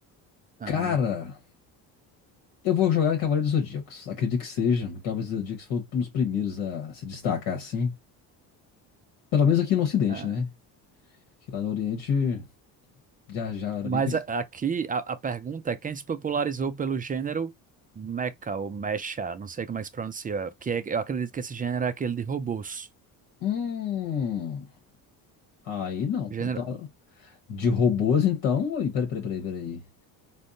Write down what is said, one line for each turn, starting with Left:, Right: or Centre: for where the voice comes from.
Right: Ah,
Left: Cara, Eu vou jogar em Cavaleiro dos Zodíacos. Acredito que seja. O Cavaleiro dos Zodíacos foi um dos primeiros a se destacar, assim. Pelo menos aqui no Ocidente,
Right: ah.
Left: né? Que lá no Oriente já, já era
Right: Mas
Left: bem conhecido.
Right: a- aqui a, a pergunta é quem se popularizou pelo gênero mecha ou mecha, não sei como é que se pronuncia, que é- eu acredito que esse gênero é aquele de robôs.
Left: Hum. Aí não.
Right: Gênero,
Left: Então, de robôs, então. Aí, Peraí, peraí, peraí, peraí.